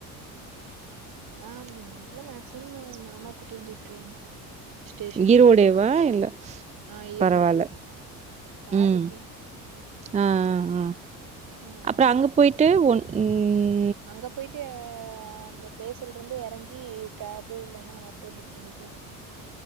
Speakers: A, on the right; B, on the right.
A: ஆஹ்ம் இல்ல மேக்சிமம் மாமா கூட்டி வந்து விட்ருவாங்க ஸ்டேஷன்
B: ஈரோடுடேவா
A: வரைக்கு
B: இல்ல
A: ஆ ஈரோடு
B: பரவால்ல
A: கார்
B: உம்
A: இருக்குல்ல
B: ஆஹ் அஹ் அஹ்
A: ஆ
B: அப்புறொ அங்க போயிட்டு ஒன் உம்ம்
A: அங்க போயிட்டு ஆ ஆ அந்த பிளேஸ்ல இருந்து எறங்கி கேப்பு இல்லன்னா ஆட்டோ புக் பண்ணிக்கலா